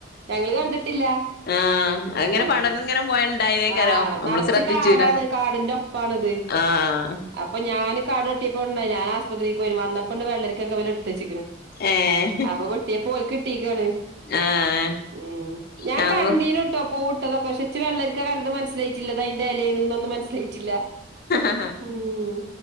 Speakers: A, on the right; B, on the left.
A: ഞങ്ങൾ കണ്ടിട്ടില്ല
B: ആഹ് അങ്ങനെ
A: ഉം
B: പടർന്ന് ഇങ്ങനെ പോയ ഇണ്ടായതേക്കാരം
A: ആഹ്
B: നമ്മള്
A: നിറച്ച്
B: ശ്രദ്ധിച്ചൂല
A: കാടാണ് കാടിന്റെ ണത്
B: ആഹ്
A: അപ്പൊ ഞാന് കാട് വെട്ടിയപ്പോ ഞാൻ ആശുപത്രിയ്ക്ക് പോയി വന്ന പണ്ട് വെള്ളരിക്കൊക്കെ അവ എടുത്തച്ചിക്കണ്
B: ഏഹ്
A: അപ്പൊ വെട്ടിയ പോല കിട്ടീക്കാണ്
B: ആഹ്
A: ഉം ഞാൻ
B: ഞങ്ങ
A: കണ്ടീനു ട്ടോ പൂട്ടതൊക്കെ ച്ച് വെള്ളരിക്കാ എനിക്ക് മനസ്സിലായിട്ടില്ല അതിന്റെ ഇലയണന്നും മനസ്സിലായിട്ടില്ല
B: ആഹ്
A: ഉം